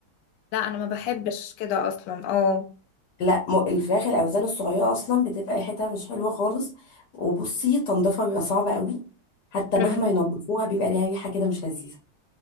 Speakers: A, on the left (about 75°); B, on the left (about 60°).
A: لا انا ما بحبش كده اصلا اه
B: لا م- الفراخ الاوزان الصغيره اصلا بتبقى ريحتها مش حلوه خالص وبصي تنظيفها بيبقى صعب قوي حتى
A: مم.
B: مهما ينظفوها بيبقى ليها ريحه كده مش لذيذه